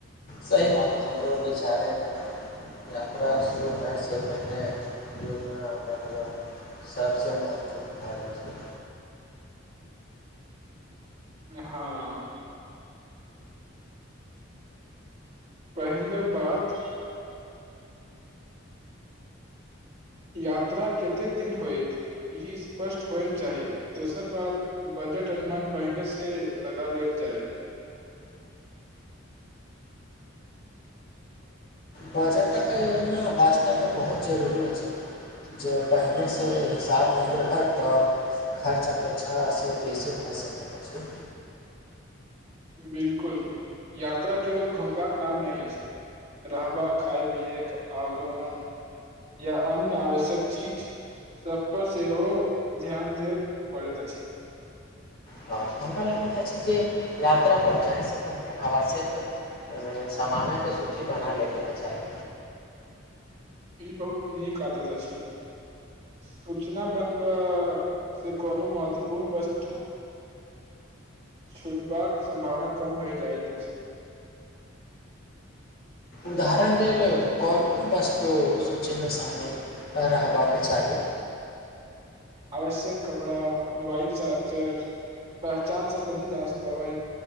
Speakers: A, on the left (about 50°); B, on the right (about 35°).
A: सही बात हमरो विचारेमे यात्रा शुरू होयसँ पहिने योजना बनब सभसँ महत्वपूर्ण काज अछि
B: हाँ पहिले बात यात्रा कतेक दिन होयत ई स्पष्ट होयमे चाही दोसर बात बजट अनुमान पहिनेसँ लगा लेल जाय
A: बजटक योजना वास्तवमे बहुत जरूरी अछि जे पहिनेसँ हिसाब नहि रहैत तऽ खर्च अपेक्षासँ बेसी भए सकैत अछि
B: बिल्कुल यात्रा केवल घुमबाक नाम नहि अछि रहबाका खाय पियएके अवगमन या अन्य आवश्यक चीज सब पर सेहो ध्यान देब पड़ैत अछि
A: हाँ आओर हमरा लगैत अछि जे यात्रापर जायसँ पहिने आवश्यक सामानक सूची बना लेबके चाही
B: ई बहुत नीक आदत अछि सूचना बनबा से कोनो महत्वपूर्ण वस्तु छूटबाक सम्भावना कम भए जाइत अछि
A: उदाहरण लेल कोन कोन वस्तु सूचीमे शामिल रहबाक चाही
B: आवश्यक कपड़ा मोबाइल चार्जर पहचान समबन्धी द्तवे